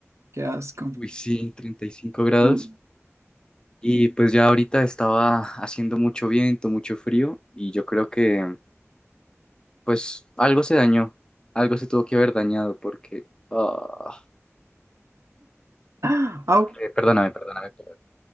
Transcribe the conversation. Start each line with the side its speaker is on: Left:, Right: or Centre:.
Right: Qué asco.
Left: uy, sí, 35 grados.
Right: Mm.
Left: Y pues ya ahorita estaba haciendo mucho viento, mucho frío, y yo creo que. Pues algo se dañó, algo se tuvo que haber dañado porque... ah,
Right: <gasps> Au,
Left: eh, perdóname, perdóname por,